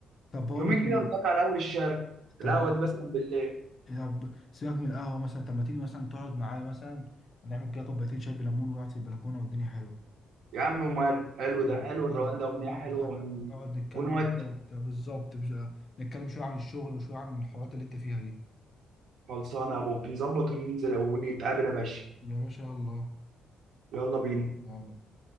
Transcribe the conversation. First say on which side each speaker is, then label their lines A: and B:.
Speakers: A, on the left; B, on the right.
A: طب بقول
B: يومين
A: لك ايه
B: كده ونتقابل على أول الشارع
A: طب
B: القهوة دي مثلا بالليل
A: يعني طب سيبك من القهوة مثلا طب ما تيجي مثلا تقعد معايا مثلا نعمل كده كوبايتين شاي بليمون ونقعد في البلكونة والدنيا حلوة
B: يا عم ومال حلو ده
A: يعني
B: حلو
A: نقعد
B: الروان ده أغنية
A: نقعد
B: حلوة
A: حت-
B: ون...
A: نقعد نتكلم
B: ونودي
A: كده وبتاع. بالظبط بش- نتكلم شوية عن الشغل وشوية عن الحوارات اللي انت فيها دي
B: خلصانة يا أبو نظبط وننزل ونتقابل يا باشا
A: يا باشا يلا
B: يلا بينا
A: يلا